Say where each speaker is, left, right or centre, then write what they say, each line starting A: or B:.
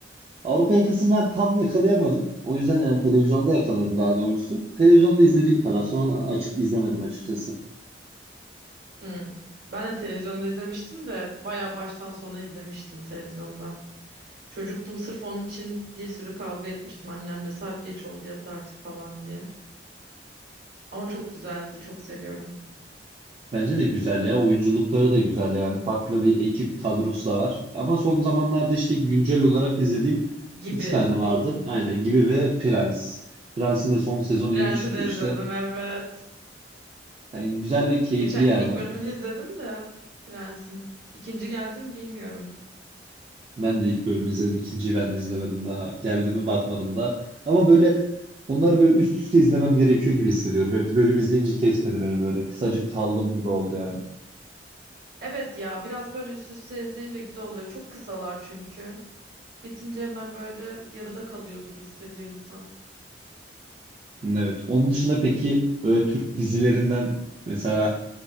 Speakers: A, on the right (about 30°); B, on the right (about 60°).
A: Avrupa yakasını ben tam yakalayamadım. O yüzden yani televizyonda yakaladım daha doğrusu. Televizyonda izlediğim kadar. Sonra açıp izlemedim açıkçası.
B: Hmm. Ben de televizyonda izlemiştim de bayağı baştan sona izlemiştim televizyonda. Çocuktum sırf onun için bir sürü kavga etmiştim annemle saat geç oldu yat artık falan diye. Ama çok güzeldi çok seviyorum
A: Bence de güzel ya. Oyunculukları da güzel yani. Farklı bir ekip kadrosu da var. Ama son zamanlarda işte güncel olarak izlediğim
B: gibi.
A: iki tane vardı. Aynen gibi ve Prens. Prens'in de son sezonu
B: Prens'i
A: yeni çıktı
B: de
A: işte.
B: izledim evet.
A: Yani güzel ve keyifli
B: Geçen
A: yani.
B: gün ilk bölümünü izledim de Prens'in. İkinci geldi mi bilmiyorum.
A: Ben de ilk bölümü izledim. İkinciyi ben de izlemedim daha. Geldi mi bakmadım da. Ama böyle onları böyle üst üste izlemem gerekiyor gibi hissediyorum. Yani Bir bölüm izleyince kesmedi beni böyle. Kısacık kaldım gibi oldu yani.
B: Evet ya biraz böyle üst üste izleyince güzel oluyor. Çok kısalar çünkü. Bitince hemen böyle yarıda kalıyor gibi hissediyor insan.
A: Evet. Onun dışında peki böyle Türk dizilerinden mesela